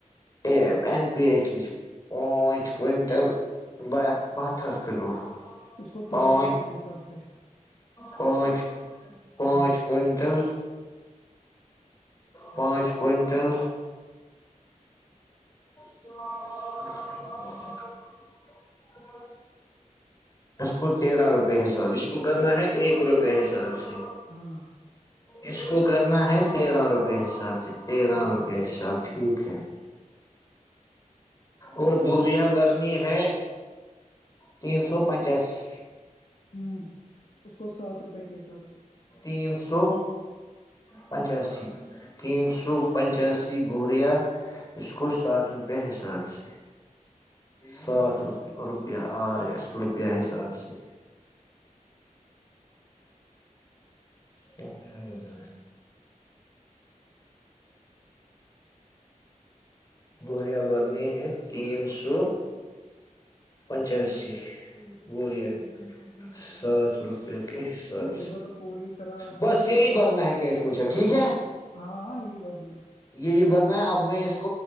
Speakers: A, on the left; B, on the left.
A: ا این پی ایچ ایچ پانچ کونٹل بہ بہت ہر کلو
B: اس کو تیرہ
A: پانچ
B: روپے کے حساب سے
A: پانچ پانچ کئنٹل پانچ کئنٹل <inaudible> اس کو تیرہ روپئے حساب اس کو کرنا ہے ایک روپئے حساب سے
B: ہاں
A: اس کو کرنا ہے تیرہ روپئے حساب سے تیرہ
B: ہاں
A: روپئے ح سب ٹھیک ہے اور بوریا برنی ہے تین سو پنچاسی
B: ہوں اس کو سات روپے کے حساب سے
A: تین سو پچاسی تین سو پچاسی بوریا اس کو سات روپے حساب سے سات روپ روپیہ آرےس روپیہ حساب سے مجائےا بوریا برنی ہے تین سو پچاسی بوریا سات روپئے حساب
B: لیبر کو پوری طرح اچھے
A: بس
B: سے
A: یہی
B: کرنا
A: ورنہ
B: اس
A: ہے کہ پوچھا ٹھیک ہے
B: کو۔ ہاں ہاں یہی بھرنا ہے
A: یہی ورننا اب میں اسک